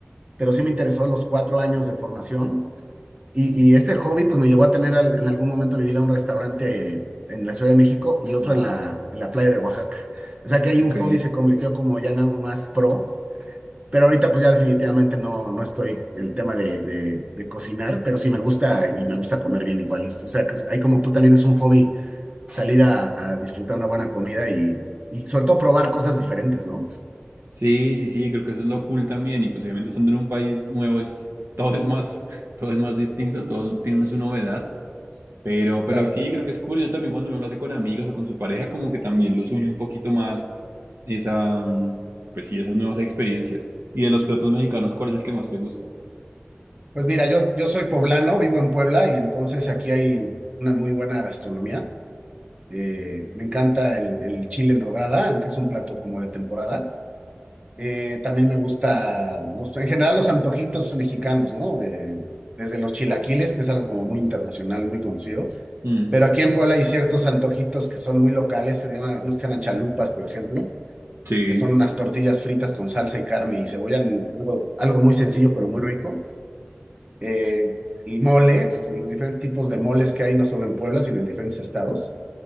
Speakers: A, on the right; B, on the right.
A: pero sí me interesó los cuatro años de formación. Y, y ese hobby pues me llevó a tener al- en algún momento de mi vida un restaurante en la Ciudad de México y otro
B: Ah,
A: en la, en la playa de Oaxaca. O sea que ahí
B: ok.
A: un hobby se convirtió como ya en algo más pro pero ahorita pues ya definitivamente no, no estoy en el tema de, de- de cocinar, pero sí me gusta y me gusta comer bien igual. O sea, que es- hay como tú también es un hobby salir a, a disfrutar una buena comida y, y sobre todo probar cosas diferentes, ¿no?
B: Sí, sí, sí, creo que eso es lo cool también. Y pues obviamente estando en un país nuevo es, todo es más, <laughs> todo es más distinto, todo tiene su novedad. Pero,
A: Claro.
B: pero sí, creo que es cool. Yo también cuando uno lo hace con amigos o con su pareja, como que también los une un poquito más esa, mm, pues sí, esas nuevas experiencias. Y de los platos mexicanos, ¿cuál es el que más te gusta?
A: Pues mira, yo, yo soy poblano, vivo en Puebla y entonces aquí hay una muy buena gastronomía. Eh, me encanta el, el chile en nogada, que es un plato como de temporada. Eh, también me gusta, los- en general, los antojitos mexicanos, ¿no? Eh, desde los chilaquiles, que es algo como muy internacional, muy conocido.
B: Mm,
A: Pero aquí en Puebla hay ciertos antojitos que son muy locales, se llaman, nos llaman chalupas, por ejemplo,
B: sí,
A: que son unas tortillas fritas con salsa y carne y cebolla, en- algo, algo muy sencillo, pero muy rico. Eh, y mole, los, los diferentes tipos de moles que hay, no solo en Puebla, sino en diferentes estados.